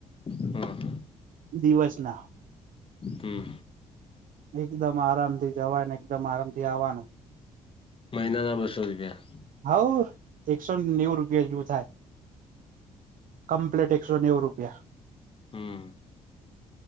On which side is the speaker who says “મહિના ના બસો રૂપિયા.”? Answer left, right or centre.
Left